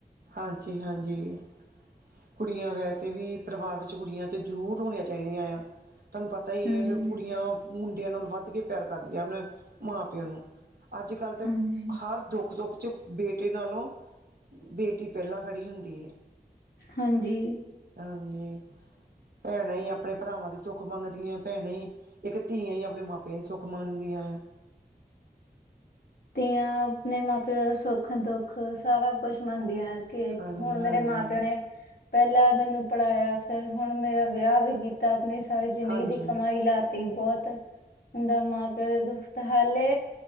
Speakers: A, on the right; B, on the left.
A: ਹਾਂਜੀ ਹਾਂਜੀ। ਕੁੜੀਆਂ ਵੈਸੇ ਵੀ ਪਰਿਵਾਰ ਵਿੱਚ ਕੁੜੀਆਂ ਤੇ ਜ਼ਰੂਰ ਹੋਣੀਆਂ ਚਾਹੀਦੀਆਂ ਏ ਆ। ਤੁਹਾਨੂੰ ਪਤਾ ਹੀ
B: ਹਾਂਜੀ
A: ਏ ਵੀ ਕੁੜੀਆਂ ਮੁੰਡਿਆਂ ਨਾਲ ਵੱਧ ਕੇ ਪਿਆਰ ਕਰਦੀਆਂ ਆ ਅਪਣੇ ਮਾਂ-ਪਿਓ ਨੂੰ। ਅੱਜ-ਕੱਲ੍ਹ ਤਾ
B: ਹਾਂਜੀ
A: ਹਰ ਦੁੱਖ-ਸੁੱਖ ਚ ਬੇਟੇ ਨਾਲੋਂ ਬੇਟੀ ਪਹਿਲਾਂ ਖੜ੍ਹੀ ਹੁੰਦੀ ਏ।
B: ਹਾਂਜੀ।
A: ਹਾਂਜੀ, ਭੈਣਾਂ ਈ ਆਪਣੇ ਭਰਾਵਾਂ ਦੀ ਸੁੱਖ ਮੰਗਦੀਆਂ, ਭੈਣਾਂ ਈ ਇੱਕ ਧੀਆ ਹੀ ਆਪਣੇ ਮਾਪਿਆ ਦੀ ਸੁੱਖ ਮੰਨਦੀਆਂ ਐ।
B: ਧੀਆਂ ਆਪਣੇ ਮਾਂ-ਪਿਓ ਦਾ ਸੁੱਖ-ਦੁੱਖ ਸਾਰਾ ਕੁਛ ਮੰਨਦੀਆ। ਕੇ
A: ਹਾਂਜੀ
B: ਹੁਣ
A: ਹਾਂਜੀ
B: ਮੇਰੇ ਮਾਂ-ਪਿਓ ਨੇ ਪਹਿਲਾਂ ਮੈਨੂੰ ਪੜ੍ਹਾਇਆ ਫੇਰ ਹੁਣ ਮੇਰਾ ਵਿਆਹ ਵੀ ਕੀਤ ਤਾ ਆਪਣੀ ਸਾਰੀ ਜ਼ਿੰਦਗੀ
A: ਹਾਂਜੀ
B: ਦੀ ਕਮਾਈ ਲਾ ਤੀ ਬਹੁਤ ਹੁੰਦਾ ਮਾਂ-ਪਿਓ ਦੁੱਖ ਤੇ ਹਾਲੇ